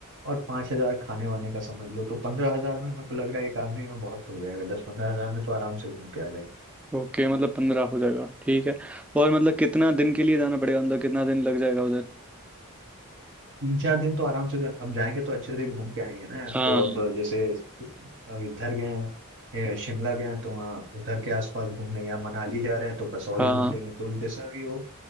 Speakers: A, on the right; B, in the centre.
A: और पाँच हजार खाने वाने का समझ लो तो पंद्रह हजार में मेरे को लग रहा है एक आदमी में बहुत हो जाएगा दस पंद्रह हजार में तो आराम से घूम के आ जाएंगे
B: ओके मतलब पंद्रह हो जाएगा ठीक है और मतलब कितना दिन के लिए जाना पड़ेगा मतलब कितना दिन लग जाएगा उधर
A: तीन चार दिन तो आराम से जो- अब जाएंगे तो अच्छे से घूम के आएंगे ना यार
B: हाँ
A: तो अब जैसे अब इधर गए हैं ए, शिमला गए हैं तो वहाँ उधर के आसपास घूम लेंगे अब मनाली जा रहे हैं तो कसौल
B: हाँ
A: घूम लेंगे तो जैसा भी हो